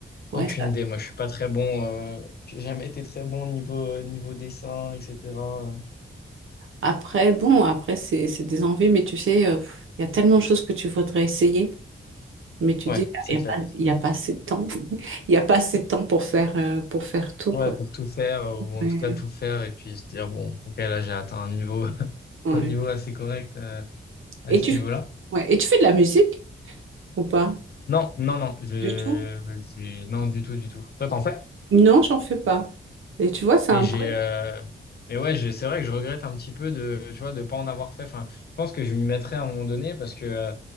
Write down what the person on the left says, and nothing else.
aucune
idée. Moi, je suis pas très bon. euh, j'ai jamais été très bon niveau euh, niveau dessin, etc. Euh,
ouais,
c'est
clair.
Ouais,
pour tout faire euh, ou en
tout cas tout faire et puis se dire bon, ok, là j'ai atteint un niveau <laughs>
un niveau assez correct euh, à
ce
niveau-là.
Non, non, non, je,
je- non du tout, du tout. Toi, t'en fais?
Mais
j'ai,
euh, mais ouais, je- c'est vrai que je regrette un petit peu de, tu vois, de pas en avoir fait. Enfin, je pense que je m'y mettrai à un moment donné parce que euh,